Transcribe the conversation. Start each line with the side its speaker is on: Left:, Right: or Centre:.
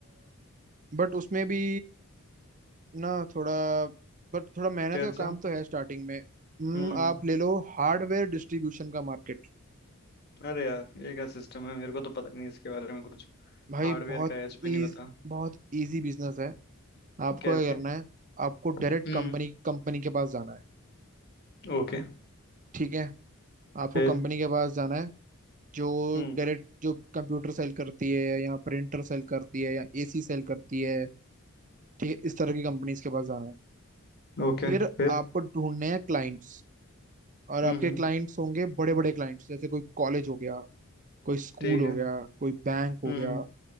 Right: बट उसमें भी ना थोड़ा बट थोड़ा मेहनत
Left: कैसा
Right: का काम तो है स्टार्टिंग में हम्म,
Left: हम्म
Right: आप ले लो हार्डवेयर डिस्ट्रीब्यूशन का मार्केट
Left: अरे यार ये क्या सिस्टम है मेरे को तो पता ही नहीं इसके बारे में कुछ
Right: भाई
Left: हार्डवेयर
Right: बहुत
Left: का एच भी
Right: इज
Left: नहीं पता
Right: बहुत इजी बिजनेस है आपको
Left: कैसे
Right: क्या करना है आपको
Left: हम्म
Right: डायरेक्ट कंपनी कंपनी के पास जाना है
Left: ओके
Right: ठीक है आपको
Left: फिर
Right: कंपनी के पास जाना है जो
Left: हम्म
Right: डायरेक्ट जो कंप्यूटर सेल करती है या प्रिंटर सेल करती है या एसी सेल करती है ठीक है इस तरह की कंपनीज के पास जाना है
Left: ओके
Right: फिर
Left: फिर
Right: आपको ढूंढने हैं क्लाइंट्स और
Left: हम्म
Right: आपके
Left: हम्म
Right: क्लाइंट्स होंगे बड़े बड़े क्लाइंट्स जैसे कोई कॉलेज हो गया कोई स्कूल
Left: ठीक
Right: हो
Left: है
Right: गया कोई बैंक हो
Left: हम्म
Right: गया